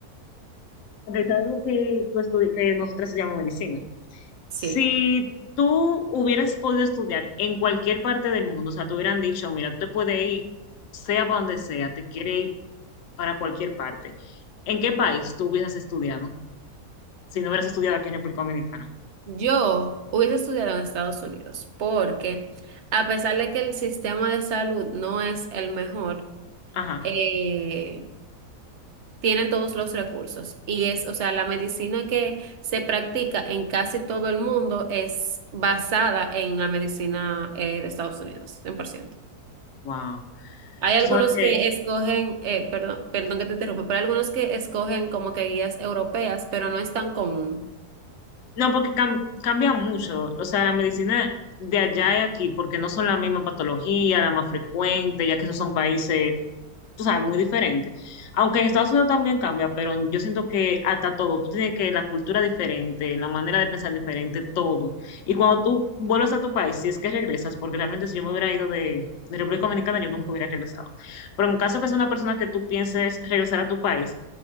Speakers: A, on the left (about 60°); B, on the right (about 55°).
A: Porque sabemos que pues, tú estudi- que nosotros estudiamos medicina.
B: Sí,
A: Si tú hubieras podido estudiar en cualquier parte del mundo, o sea, te hubieran dicho, mira, tú te puedes ir, sea para donde sea, te quiere ir para cualquier parte. ¿En qué país tú hubieras estudiado? Si no hubieras estudiado aquí en República Dominicana.
B: yo hubiese estudiado en Estados Unidos, porque a pesar de que el sistema de salud no es el mejor,
A: Ajá,
B: eh, tienen todos los recursos. Y es, o sea, la medicina que se practica en casi todo el mundo es basada en la medicina eh, de Estados Unidos, 100%.
A: wow.
B: Hay
A: Tú
B: algunos
A: sabes que
B: que escogen, eh, perdón, perdón que te interrumpa, pero hay algunos que escogen como que guías europeas, pero no es tan común.
A: No, porque cam- cambia mucho. O sea, la medicina de allá y aquí, porque no son la misma patología, la más frecuente, ya que esos son países, tú sabes, muy diferentes. Aunque en Estados Unidos también cambia, pero yo siento que hasta todo, tú tienes que la cultura diferente, la manera de pensar diferente, todo. Y cuando tú vuelves a tu país, si es que regresas, porque realmente si yo me hubiera ido de, de República Dominicana, yo nunca hubiera regresado. Pero en caso que sea una persona que tú pienses regresar a tu país,